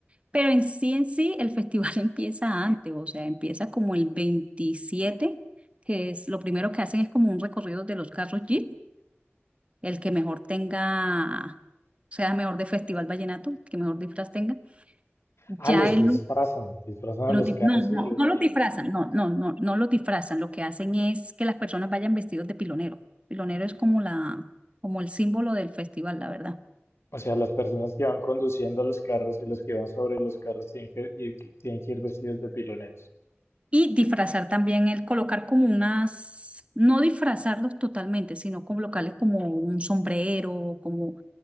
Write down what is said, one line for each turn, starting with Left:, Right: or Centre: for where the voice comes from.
Right: Pero en sí, en sí, el festival <laughs> empieza antes, o sea, empieza como el 27, que es lo primero que hacen es como un recorrido de los carros Jeep, el que mejor tenga, sea mejor de Festival Vallenato, que mejor disfraz tenga.
Left: Ah,
Right: Ya
Left: los
Right: el
Left: disfrazan, disfrazan
Right: Lo
Left: a los
Right: di-
Left: carros
Right: no, no,
Left: y, lo-
Right: no lo
Left: y-
Right: disfrazan, no, no, no, no lo disfrazan. Lo que hacen es que las personas vayan vestidos de pilonero. Pilonero es como la, como el símbolo del festival, la verdad.
Left: o sea, las personas que van conduciendo los carros y los que van sobre los carros tienen que ir, tienen que ir vestidos de piloneros.
Right: Y disfrazar también el colocar como unas, no disfrazarlos totalmente, sino colocarles como un sombrero, como